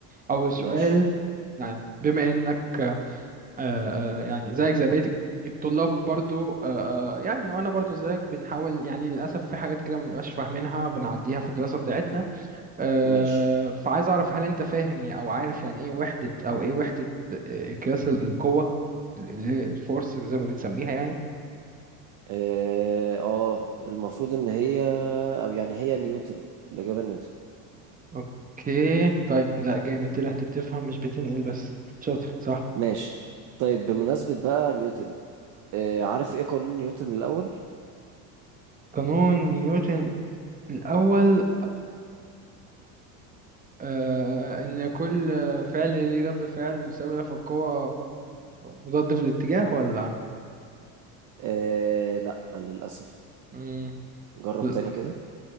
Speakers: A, on the right (about 20°); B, on the right (about 45°).
A: اول سؤال
B: ماشي
A: يعني بما انك آه، آه، يعني زيك زي بقية الطلاب برضو آه، آه، يعني وانا برضو زيك بنحاول يعني للاسف في حاجات كده ما بنبقاش فاهمينها بنعديها في الدراسة بتاعتنا آه،
B: ماشي
A: فعايز اعرف هل انت فاهم يا- او عارف يعني ايه وحدة او ايه وحدة آه، قياس ال- القوة اللي هي الفورس زي ما بنسميها يعني
B: آه آه، المفروض إن هي أو يعني هي نيوتن الإجابة نيوتن
A: اوكي طيب لا جامد طلعت بتفهم مش بتنقل بس شاطر صح
B: ماشي طيب بمناسبة بقى نيوتن آه عارف إيه قانون نيوتن الأول؟
A: قانون نيوتن الاول آه، إن كل فعل ليه رد فعل مساوي له في القوة ومضاد في الاتجاه ولا
B: آه لا للأسف
A: مم.
B: جرب
A: لأ.
B: تاني كده